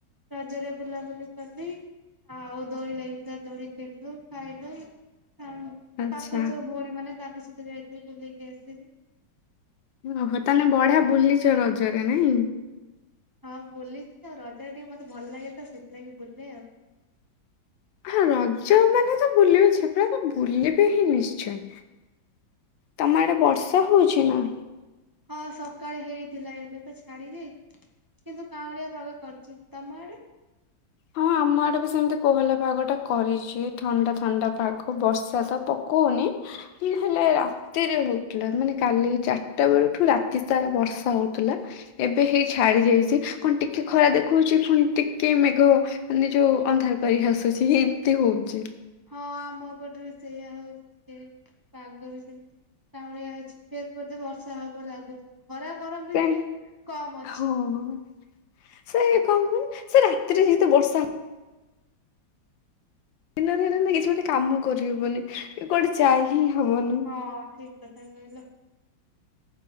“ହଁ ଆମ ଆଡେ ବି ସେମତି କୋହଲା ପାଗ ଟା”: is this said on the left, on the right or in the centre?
Left